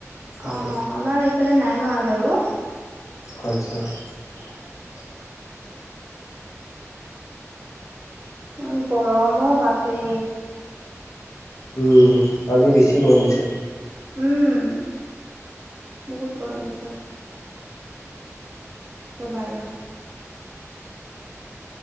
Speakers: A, on the left; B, on the right.
A: ৰাতি
B: অ আমাৰ এইফালে নাই মৰা বাৰু
A: আচ্ছা <unintelligible>
B: ইমান গৰমো বাপৰে
A: উম আজি বেছি গৰম দিছে
B: উম বহুত গৰম দিছে কি ক'বা আৰু